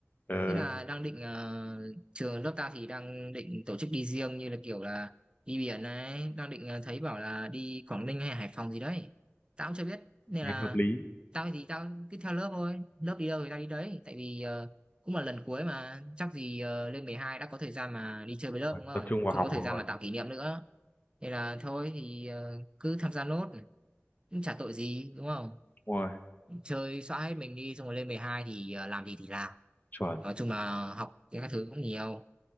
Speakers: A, on the left; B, on the right.
A: Ờ,
B: Thế là đang định ờ, trường lớp ta thì đang định tổ chức đi riêng như là kiểu là đi biển này, đang định ờ, thấy bảo là đi Quảng Ninh hay Hải Phòng gì đấy. Tao cũng chưa biết nên
A: nghe
B: là
A: hợp lý.
B: tao thì tao cứ theo lớp thôi, lớp đi đâu thì tao đi đấy, tại vì ờ, cũng là lần cuối mà chắc gì ờ, lên 12 đã có thời gian mà đi chơi với lớp
A: Phải
B: đúng không?
A: Tập trung vào
B: Không
A: học
B: có thời
A: rồi.
B: gian mà tạo kỷ niệm nữa. Nên là thôi thì ờ, cứ tham gia nốt, cũng chả tội gì đúng không?
A: Đúng rồi,
B: Chơi xóa hết mình đi xong rồi lên 12 thì ờ, làm gì thì làm.
A: chuẩn.
B: Nói chung là học các thứ cũng nhiều